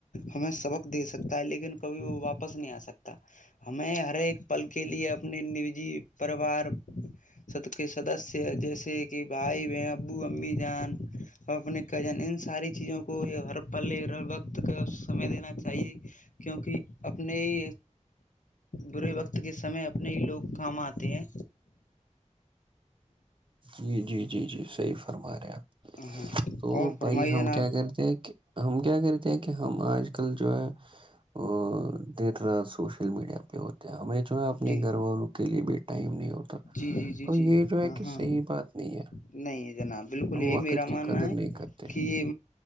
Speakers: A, on the left (about 80°); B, on the right (about 40°).
A: ہمیں سبق دے سکتا ہے لیکن کبھی وہ واپس نہیں آ سکتا ہمیں ہر ایک پل کے لیے اپنی نجی پریوار سد کے سدسیہ جیسے کہ بھائی بہن ابو امی جان اور اپنے کزن ان ساری چیزوں کو ہر پلےت کا سمے دینا چاہیے کیونکہ اپنے ہی برے وقت کے سمے اپنے ہی لوگ کام آتے ہیں
B: جی جی جی جی صحیح فرما رہے آپ
A: ہاں
B: تو
A: اور فرمائی
B: بھائی ہم
A: جناب
B: کیا کرتے ہیں کہ ہم کیا کرتے ہیں کہ ہم آج کل جو ہے ا دیر رات سوشل میڈیا پہ ہوتے ہیں ہمیش جو ہے اپنے
A: جی
B: گھر والوں کے لیے بھی ٹائم نہیں ہوتا
A: جی جی جی
B: تو یہ
A: جی
B: جو ہے
A: ہاں
B: کہ
A: ہاں
B: صحیح بات نہیں ہے
A: نہیں جناب بالکل
B: ہم
A: یہی
B: وقت
A: میرا ماننا
B: کی قدر
A: ہے
B: نہیں کرتے
A: کہ یہ